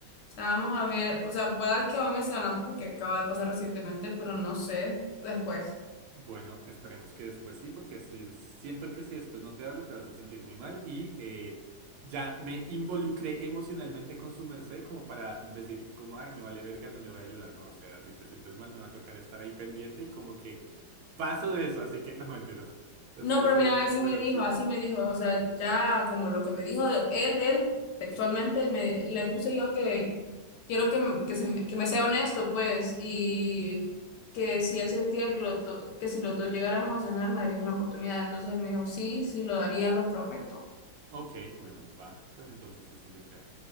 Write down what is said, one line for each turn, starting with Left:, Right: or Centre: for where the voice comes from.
Left: sea, vamos a ver, o sea, pueda que hoy me esté hablando porque acaba de pasar recientemente, pero no sé, después.
Right: Bueno, esperemos que después sí, porque si- siento que si después no te hable, te vas a sentir muy mal y eh, ya me involucré emocionalmente con su merced como para decir como, ay, me vale verga, no le voy a ayudar, no, o sea, si te sientes mal, me va a tocar estar ahí pendiente y como que paso de eso, así que <laughs> no mentiras. Espero
Left: No, pero
Right: que
Left: mira, así
Right: en verdad
Left: me dijo,
Right: sí.
Left: así me dijo, o sea, ya como lo que me dijo de- él, él textualmente me le puse yo que quiero que, m- que, se me, que me sea honesto, pues, y que si él sentía que, los do- que si los dos llegáramos a cenar me darías una oportunidad. Entonces él me dijo, sí, sí lo daría, lo prometo.
Right: Ok, bueno, va. Pues entonces así se queda.